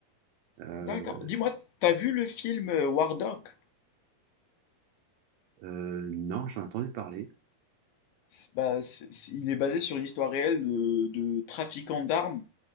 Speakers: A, on the right; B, on the left.
A: Euh,
B: D'accord. Dis-moi, t'as vu le film euh, War Dog?
A: euh, non, j'en ai entendu parler.
B: C'est- Bah, c'est- c'est- il est basé sur une histoire réelle de, de trafiquants d'armes